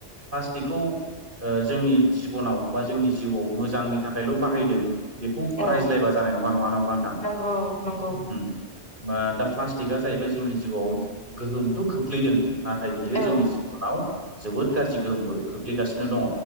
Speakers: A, on the right (about 55°); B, on the left (about 40°).
A: प्लास्टिकखौ ओ जोंनि जिबनाव बा जोंनि जिउआव मोजांनि थाखायल बाहायदों। बेखौ
B: औ
A: रायज्लायबा जानाय नङा नङा नोबा नोंथां।
B: नंगौ नंगौ
A: उम मा दा प्लास्टिकआ जाहैबाय जोंनि जिउआव गोहोमथ खोख्लैदों नाथाय बियो
B: औ
A: जोंनि जिबनाव जोबोद गाज्रि गोहोमबो खोख्लैगासिनो दङ।